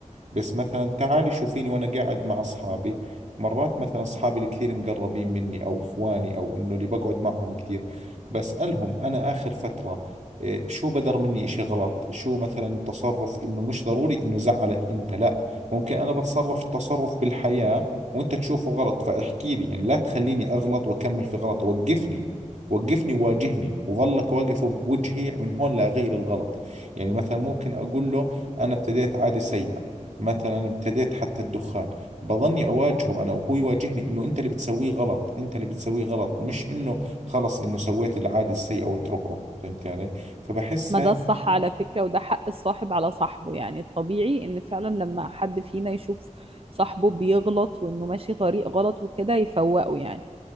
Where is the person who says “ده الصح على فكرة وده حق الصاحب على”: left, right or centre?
Right